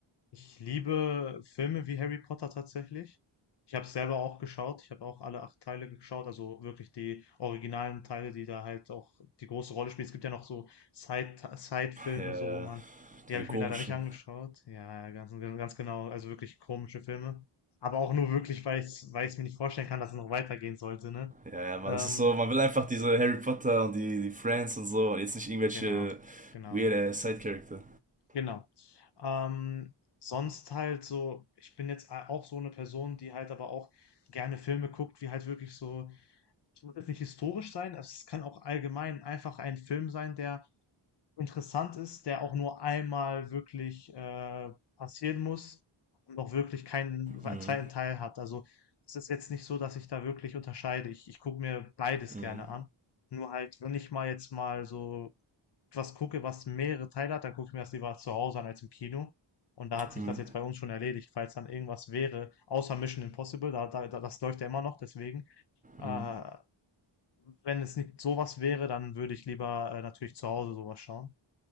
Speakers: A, on the left (about 55°); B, on the right (about 15°).
A: ich liebe Filme wie Harry Potter tatsächlich. Ich habe selber auch geschaut. Ich habe auch alle acht Teile geschaut. Also wirklich die originalen Teile, die da halt auch die große Rolle spielen. Es gibt ja noch so Side, Side-Filme,
B: Ja, ja,
A: so wo man, die
B: diese
A: habe ich
B: komischen.
A: mir leider nicht angeschaut. Ja, ja, ganz, ganz genau. Also wirklich komische Filme. Aber auch nur wirklich, weil ich es mir nicht vorstellen kann, dass es noch weitergehen sollte, ne?
B: Ja, ja, man,
A: Ähm,
B: das ist so, man will einfach diese Harry Potter und die, die Friends und so und jetzt nicht irgendwelche
A: genau, genau.
B: weird Side-Charakter.
A: Genau. Ähm, sonst halt so, ich bin jetzt a- auch so eine Person, die halt aber auch gerne Filme guckt, wie halt wirklich so, es muss jetzt nicht historisch sein, es kann auch allgemein einfach ein Film sein, der interessant ist, der auch nur einmal wirklich äh, passieren muss und auch wirklich keinen we-
B: Mhm.
A: zweiten Teil hat. Also es ist jetzt nicht so, dass ich da wirklich unterscheide. Ich, ich gucke mir beides
B: Mhm.
A: gerne an. Nur halt, wenn ich mal jetzt mal so was gucke, was mehrere Teile hat, dann gucke ich mir das lieber zu Hause an als im Kino. Und da hat sich
B: Mhm.
A: das jetzt bei uns schon erledigt, falls dann irgendwas wäre, außer Mission Impossible, da, da, da- das läuft ja immer noch, deswegen. Äh,
B: Mhm.
A: wenn es nicht sowas wäre, dann würde ich lieber äh, natürlich zu Hause sowas schauen.